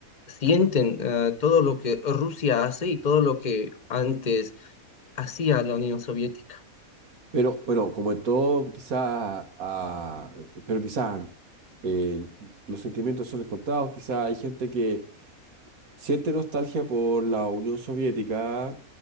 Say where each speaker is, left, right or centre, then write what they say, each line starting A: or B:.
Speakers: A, on the left; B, on the right.
A: sienten eh, todo lo que Rusia hace y todo lo que antes hacía la Unión Soviética.
B: Pero bueno, como en todo, quizás, ah, pero quizás eh, los sentimientos son encontrados, quizás hay gente que siente nostalgia por la Unión Soviética,